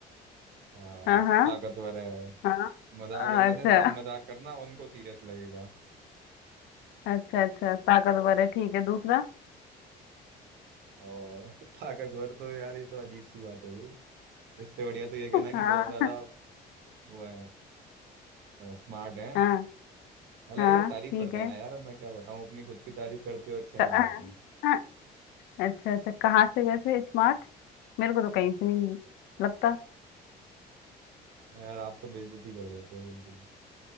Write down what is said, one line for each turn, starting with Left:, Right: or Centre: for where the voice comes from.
Right: आ,
Left: हाँ हाँ
Right: ताकतवर है
Left: हाँ
Right: मजाक
Left: हाँ,
Right: इन
Left: अच्छा
Right: द सेंस आप मजाक करना उनको सीरियस लगेगा
Left: अच्छा अच्छा ताकतवर है ठीक है दूसरा
Right: और <laughs> ताकतवर तो यार ये तो अजीब सी बात हो गई इससे बढ़िया तो ये कहना कि
Left: हाँ
Right: बहुत ज्यादा वो है स्मार्ट है
Left: हाँ
Right: अलग
Left: हाँ
Right: अलग तारीफ
Left: ठीक
Right: कर देना
Left: है
Right: यार अब मैं क्या बताऊं अपनी खुद की तारीफ करते हो अच्छा नहीं
Left: क-
Right: लगूंगा
Left: हाँ, अच्छा अच्छा कहाँ से वैसे स्मार्ट मेरे को तो कहीं से नहीं लगता
Right: <laughs> यार आप तो बेइज्जती कर देते हो बिल्कुल